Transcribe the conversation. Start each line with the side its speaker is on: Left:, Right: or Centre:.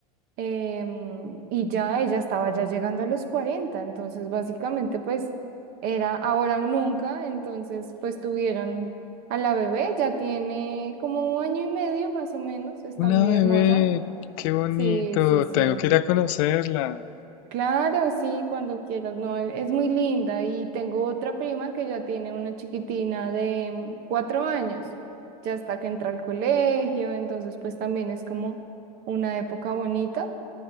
Right: em, y ya ella estaba ya llegando a los 40 entonces básicamente pues era ahora o nunca, entonces pues tuvieron a la bebé, ya tiene como un año y medio más o menos, está
Left: Una
Right: muy
Left: bebé,
Right: hermosa.
Left: qué bonito.
Right: Sí, sí, sí.
Left: Tengo que ir a conocerla.
Right: Claro, sí, cuando quieras, no, e- es muy linda y tengo otra prima que ya tiene una chiquitina de mm, cuatro años, ya hasta que entra al colegio, entonces pues también es como una época bonita